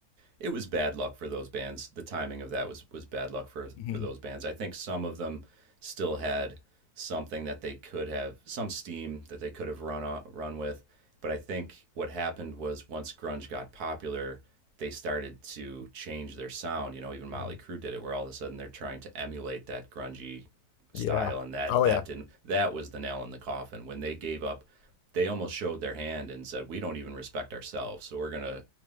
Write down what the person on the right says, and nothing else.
it was bad luck for those bands. The timing of that was was bad luck for
for those bands. I think some of them still had something that they could have some steam that they could have run on, run with, but I think what happened was once grunge got popular, they started to change their sound. You know, even Motley
Crue did it, where all of a sudden they're trying to emulate that grungy style,
and that
that
didn't that was the nail in the coffin when they gave up they almost showed their hand and said, "We don't even respect ourselves, so we're gonna